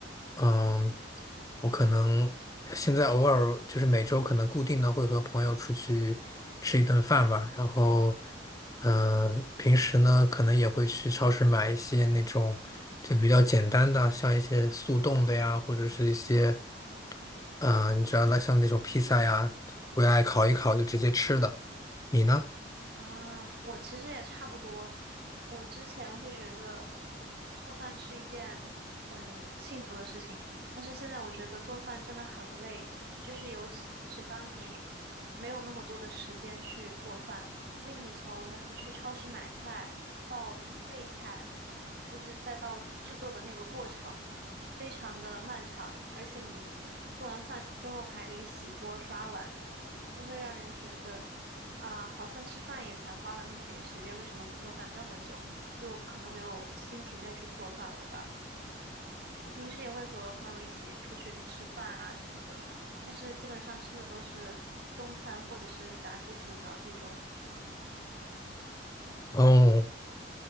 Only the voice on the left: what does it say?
嗯、我可能现在偶尔就是每周可能固定的会和朋友出去吃一顿饭吧，然后，嗯、平时呢可能也会去超市买一些那种就比较简单的，像一些速冻的呀，或者是一些。嗯、呃你知道那像那种披萨呀，回来烤一烤就直接吃的。你呢？
嗯哦，